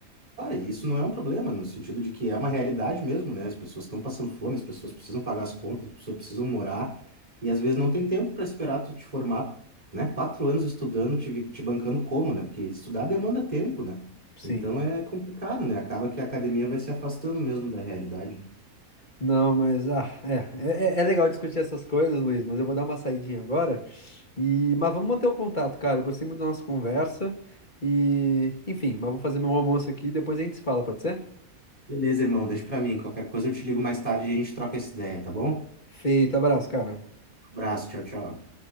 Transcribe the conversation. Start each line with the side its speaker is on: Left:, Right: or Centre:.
Right: Cara, isso não é um problema, no sentido de que é uma realidade mesmo, né? As pessoas estão passando fome, as pessoas precisam pagar as contas, as pessoas precisam morar, e às vezes não tem tempo para esperar tu te formar, né? Quatro anos estudando, te, vi- te bancando como, né? Porque estudar demanda tempo, né?
Left: Sim.
Right: Então é complicado, né? Acaba que a academia vai se afastando mesmo da realidade, né?
Left: Não, mas ah, é, é, é é legal discutir essas coisas, Luiz, mas eu vou dar uma saidinha agora e mas vamos manter o contato, cara. Eu gostei muito da nossa conversa e enfim, mas vou fazer meu almoço aqui e depois a gente se fala, pode ser?
Right: Beleza, irmão, deixa pra mim. Qualquer coisa eu te ligo mais tarde e a gente troca essa ideia, tá bom?
Left: Feito, abraço, cara.
Right: Abraço, tchau, tchau.